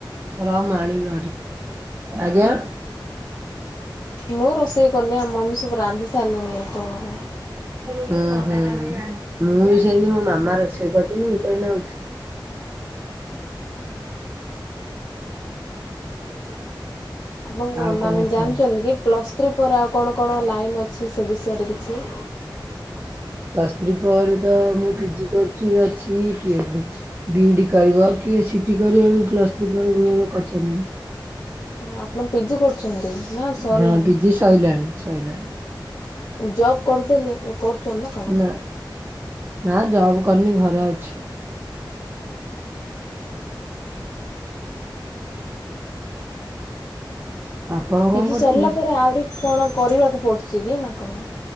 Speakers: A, on the right (about 25°); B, on the left (about 50°).
A: <unintelligible> <unintelligible> ଆଜ୍ଞା
B: ମୁଁ ରୋଷେଇ କରନି ଆମ ମମି ସବୁ ରାନ୍ଧି ସାରିଲେଣି ଏ। <unintelligible>
A: ହୁଁ ହୁଁ ମୁଁ ବି ସେଇନତି ମୋ ମାମା ରୋଷେଇ କରିି ମୁଁ ତ ଏଇ ଉଠି
B: ହୁଁ ଆପଣ
A: ଆଉ କଣ
B: ମାନେ
A: କୁହ?
B: ଜାଣିଛନ୍ତି କି ପ୍ଲସ୍ ଥ୍ରୀ ପରେ ଆଉ କଣ କଣ ଲାଇନ ଅଛି ସେ ବିଷୟରେ କିଛି।
A: ପ୍ଲସ ଥ୍ରୀ ପରେ ତ ମୁଁ ପିଜି କରିୁଛି ଅଛି କିଏ <unintelligible> ବିଇଡ଼ି କରିବ କିଏ ସିଟି କର ବି ପ୍ଲସଥୀ ଗୁଡ଼ରେ କରିଛନି
B: ଓ ଆପଣ ପିଜି କରୁଛନ୍ତି? ନା ସରିଲାଣି
A: ହଁ ପିଜି ସରିଲାଣି ସଇଲାଣି।
B: ଜବ୍ କରିଦେଲେ କରୁଛନ୍ତି କଣ?
A: ନା ନା ଜବ୍ କରିନି ଘରେ ଅଛି। ଆପଣ କଣ
B: ପିଜି
A: କରୁଛନ୍ତି?
B: ସରିଲା ପରେ ଆହୁରି କଣ କରିବାକୁ ପଡୁଛି କି ନା କଣ?